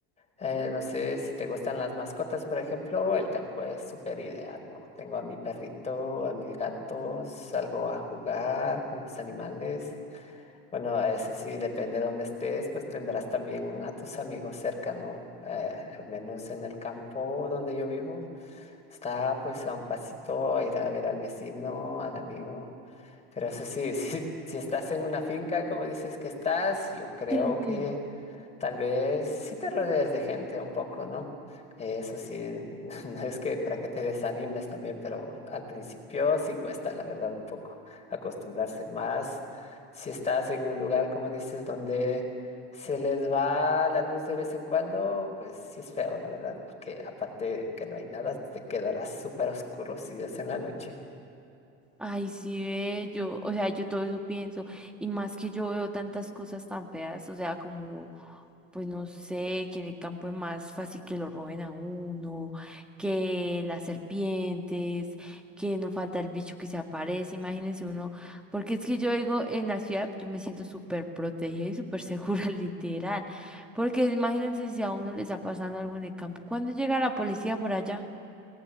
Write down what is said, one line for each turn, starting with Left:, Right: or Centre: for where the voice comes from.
Left: eh, no sé si te gustan las mascotas, por ejemplo, el campo es súper ideal, ¿no? Tengo a mi perrito, a mis gatos, salgo a jugar con los animales. Bueno, eso sí, depende de dónde estés, pues tendrás también a tus amigos cerca, ¿no? Eh, al menos en el campo donde yo vivo, está pues a un pasito a ir a ver al vecino, al amigo. Pero eso sí, <laughs> si, si estás en una finca, como dices que estás, yo creo
Centre: Sí.
Left: que Tal vez sí te rodees de gente un poco, ¿no? Eh, Eso sí, <laughs> no es que para que te desanimes también, pero al principio sí cuesta, la verdad, un poco acostumbrarse más. Si estás en un lugar, como dices, donde se les va la luz de vez en cuando, pues sí es feo, la verdad, porque aparte que no hay nada, te quedarás súper oscuro si es en la noche.
Centre: Ay, sí, ve, yo, o sea, yo todo eso pienso, y más que yo veo tantas cosas tan feas, o sea, como, pues no sé, que en el campo es más fácil que lo roben a uno, que las serpientes, que no falta el bicho que se aparece, imagínense uno, porque es que yo digo, en la ciudad yo me siento súper protegida y súper segura, <laughs> literal, porque imagínense si a uno le está pasando algo en el campo, ¿cuándo llega la policía por allá?